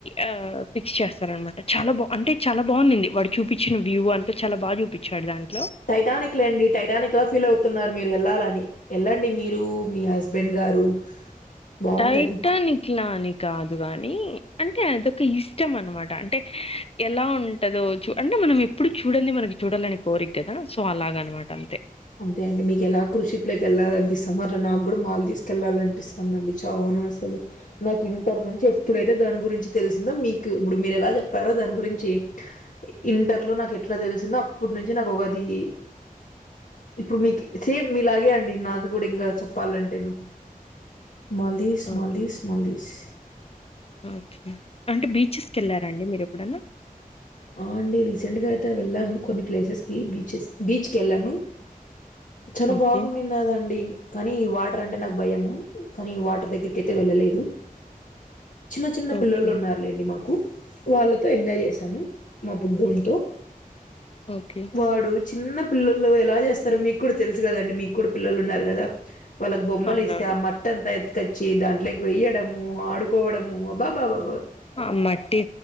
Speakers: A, on the left; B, on the left.
A: ఆ ఫిక్స్ చేస్తారన్నమాట చాలా బా అంటే చాలా బాగా ఉండింది వాడు చూపించిన వ్యూ అంతా చాలా బాగా చూపించాడు దానికి
B: టైటానిక్ లే అండి టైటానిక్ తో ఫీల్ అవు తున్నారు మీరు వెళ్లాలని ఎల్లండి మీరు మీ హస్బెండ్ గారు బావుంటది.
A: టైటానిక్ లా అని కాదు కాని అంటే అదొక్క ఇష్టం అనమాట అంటే ఎలా ఉంటందో చూ అంటే మనం ఇ ఏప్పుడు చూడంది మనకి చూడాలని కోరిక కదా సో అలాగ అనమాట అంతే
B: అంతే అండి మీకు ఎలా కృషి ప్లేట్ కి వెళ్లాలనిపిస్తోందో అట్లా నాకు కూడా మాల్ తీసుకెళ్లాలనిపిస్తోందండి చానా అసలు నాకు ఇంటర్
A: హ్మ్
B: నుంచి ఎప్పుడైతే దాని గురించి తెలిసిందో మీకు ఇప్పుడు మీరు ఎలా చెప్పారు దాని గురించి ఇంటర్లో నాకు ఎట్లా తెలిసిందో అప్పటినుంచి నాకు ఒకది ఇప్పుడు మీకి సేమ్ మీలాగే అండి నాది కూడా ఇంగా చెప్పాలంటేను మాల్దీస్
A: ఓకే
B: మాల్దీస్ మాల్దీస్
A: ఓకే అంటే బీచెస్ కి వెళ్లారండి మీరు ఎప్పుడైనా
B: ఆ అండి రీసెంట్ గా అయితే వెళ్ళాను కొన్ని ప్లేసెస్ కి బీచెస్ బీచ్ కి వెళ్ళను చాలా
A: ఓకే
B: బాగుంది ఉన్నదండి కానీ వాటర్ అంటే నాకు భయము కానీ వాటర్ దగ్గర కైతే వెళ్లలేదు చిన్న చిన్న
A: ఓకే
B: పిల్లోళ్ళు ఉన్నారు లేండి వాళ్లతో ఎంజాయ్ చేశాను మా బుడంతో
A: ఓకే
B: వాడు చిన్న పిల్లల్లో ఎలా చేస్తారు మీకు కూడా తెలుసు కదండీ మీకు కూడా పిల్లలు ఉన్నారు కదా వాళ్లకి బొమ్మలు
A: అవునవును
B: ఇస్తే ఆ మ మట్టంతా అంతా ఎత్తుకొచ్చి దాంట్లోకి పోయడము ఆడుకోవడము అబ్బా బాబా
A: ఆ మట్టి